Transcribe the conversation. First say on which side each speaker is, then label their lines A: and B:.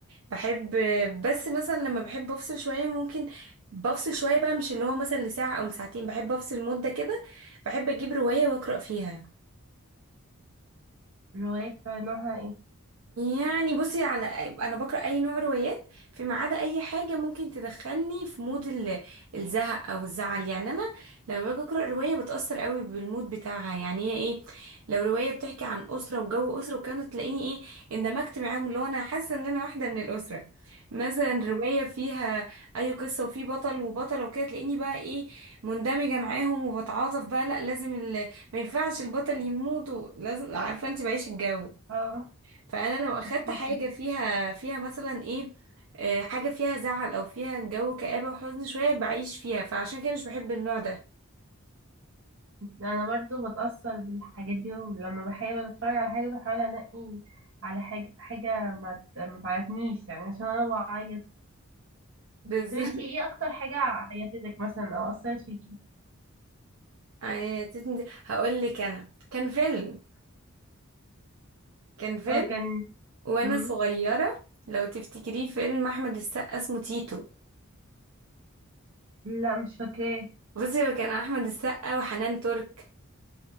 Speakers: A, on the right; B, on the right.
A: بحب بس مثلا لما بحب افصل شويه ممكن بفصل شويه بقى مش اللي هو مثلا لساعه او لساعتين بحب افصل مده كده بحب اجيب روايه واقرا فيها
B: الروايات نوعها ايه
A: يعني بصي على انا بقرا اي نوع روايات فيما عدا اي حاجه ممكن تدخلني في مود ال- الزهق او الزعل يعني انا لما باجي اقرا روايه بتاثر قوي بالمود بتاعها يعني هي ايه لو روايه بتحكي عن اسره وجو اسره وكانت تلاقيني ايه اندمجت معاهم اللي هو انا حاسه ان انا واحده من الاسره مثلا روايه فيها اي قصه وفي بطل وبطله وكده تلاقيني بقى ايه مندمجه معاهم وبتعاطف بقى لا لازم ال... ما ينفعش البطل يموت و- لازم عارفه انت بعيش الجو
B: اه
A: فانا لو اخدت
B: كنت بفكر
A: حاجه فيها فيها مثلا ايه آه، حاجه فيها زعل او فيها جو كآبه وحزن شويه بعيش فيها فعشان كده مش بحب النوع ده
B: انا برضو بتأثر بالحاجات دي ولما بحاول اتفرج على حاجة بحاول انقي على حاجة حاجة ما ت- ما تعيطنيش يعني عشان انا بعيط
A: بالظبط
B: طب انتي ايه اكتر حاجة عيطتك مثلا او اثرت فيكي
A: <laughs> هقول لك انا كان فيلم كان فيلم
B: اه كان
A: وانا
B: مم.
A: صغيره لو تفتكريه فيلم احمد السقا اسمه تيتو
B: لا مش فاكراه
A: بصي هو كان احمد السقا وحنان ترك